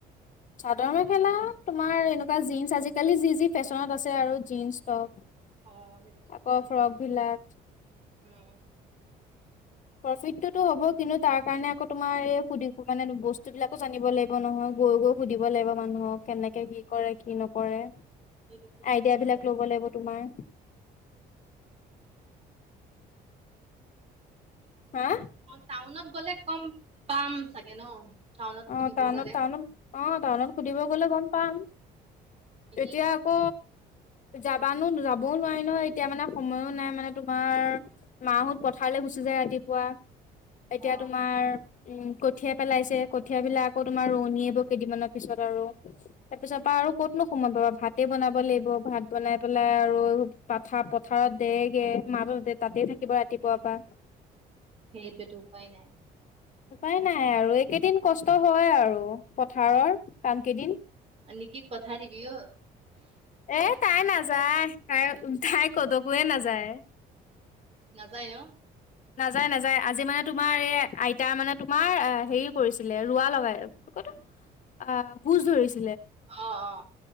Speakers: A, on the left; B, on the right.
A: চাদৰ মেখেলা তোমাৰ এনেকুৱা জীন্ আজিকালি যি যি ফেশ্বনত আছে আৰু জীন্স টপ
B: অ
A: আকৌ
B: সেই
A: ফ্ৰক বিলাক
B: উম
A: প্ৰফিিত টোতো হ'ব কিন্তু তাৰ কাৰণে আকৌ তোমাৰ এই সুধো মানে বস্তু বিলাকো জানিব লাগিব নহয় গৈ গৈ সুধিব লাগিব মানুহক কেনেকে কি কৰে কি নকৰে
B: সেইটো সুধিব
A: আইডিয়া
B: লাগিব।
A: বিলাক লব লাগিব তোমাৰ হা
B: টাউনত ক'লে কম পাম চাগে ন টাউনত সুধিব
A: অ টাউনত
B: গ'লে
A: টাউনত অ টাউনত সুধিব গলে গম পাম
B: এনেই
A: এতিয়াকৌ যাবানো যাবও নোৱাৰি ন এতিয়া মানে সময়ো নাই মানে তোমাৰ মাহত থাৰলৈ গুচি যায় ৰাতিপুৱা এতিয়া
B: অ
A: তোমাৰ উম কঠিয়াই পেলাইছে কঠিয় বিিলাক আকৌ তোমাৰ ৰনী আহ কেইদিনমানৰ পিছত আৰু তাৰ পিছত পা আৰু ক'তনো সময়ত পাবা ভাতে বন চাব লাগিব ভাত বনাই পেলাই আৰু পথাৰ পথাৰত দেগে মা তাতে থাকিব ৰাতিপুৱা পোৱাাবা
B: সেইটোৱেতো উপায় নাই
A: উপাই নাই আৰু এইকেইদিন কষ্ট হয় আৰু, পথাৰৰ কাম কেইদিন।
B: নকিক পঠাই দিবি অ'।
A: এ তাই নাযায়, তাই তাই কলৈকোয়ে নাযায়।
B: নাযায় ন?
A: নাযায় নাযায়, আজি মানে তোমাৰ এই আইতা মানে তোমাৰ হেৰি কৰিছিলে, ৰোৱা লগাই অ' গোজ ধৰিছে।
B: অ' অ'